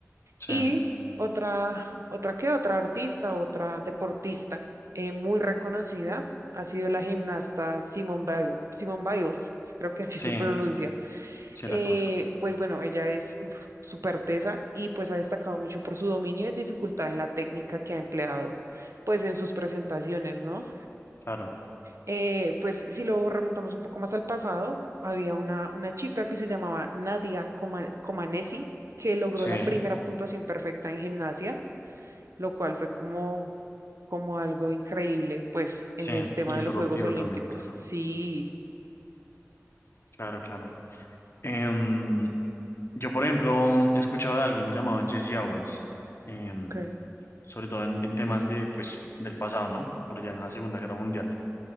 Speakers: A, on the left (about 50°); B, on the right (about 65°).
A: Sí,
B: Y otra, otra que otra artista, otra deportista eh, muy reconocida ha sido la gimnasta Simone Biles, Simone Biles, creo que así
A: sí,
B: se pronuncia.
A: sí,
B: Eh,
A: la conozco.
B: pues bueno, ella es uf, súper tesa y pues ha destacado mucho por su dominio y dificultad en la técnica que ha empleado pues en sus presentaciones, ¿no?
A: Claro.
B: Eh, pues si lo remontamos un poco más al pasado, había una, una chica que se llamaba Nadia Coma- Comaneci que logró
A: Sí,
B: la primera puntuación perfecta en gimnasia, lo cual fue como, como algo increíble pues en
A: sí.
B: el tema
A: Y disruptivo
B: de los Juegos Olímpicos.
A: también, claro.
B: Sí,
A: Claro, claro. Em, yo, por ejemplo, he escuchado de alguien llamado Jesse Owens, em,
B: ok.
A: sobre todo en, en temas de, pues, del pasado, ¿no? Por allá en la Segunda Guerra Mundial,